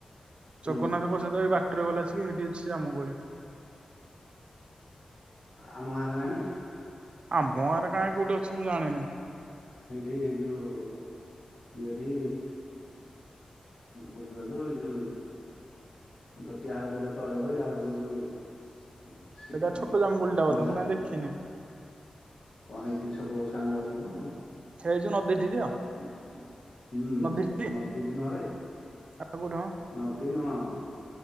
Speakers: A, on the left; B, on the right.
A: ହୁଁ
B: ଜଗନ୍ନାଥ ପ୍ରସାଦ ଏ ବା ବାଟରେ ଗଲା ବସିକି ସେଇଠି ଅଛି ଜାମୁକୋଳି।
A: ଆମ ଗାଁରେ ନାହିଁ?
B: ଆମ ଗାଁରେ କାଇଁ କୋଉଠି ଅଛି ମୁଁ ଜାଣିନି।
A: ଏଇଠି ଯୋଉ ଠି କୋଉଠି କହିଲୁ। ଯୋଉ ଜଟିଆହାର ବିଲ ତଳେ ବା ଆଡକୁ ଯୋଉ ସେ
B: ଏଇଟା ଛୋଟ ଜାମୁକୋଳି ଟା ବୋଧେ
A: ନଣ୍ଡା
B: ମୁଁ କାଇଁ ଦେଖିନି।
A: କଣ ହେଇଠିକି ସବୁ ବର୍ଷ ଆମେ ଯାଉ
B: ହେଇ ଯୋଉ ନଦୀଠି ତ
A: <unintelligible> <unintelligible> ହୁଁ
B: ନଦୀଠି
A: ନଦୀ <unintelligible>
B: ଆଉ କୋଉଠି ମ
A: ନଦୀ ନୁହଁ।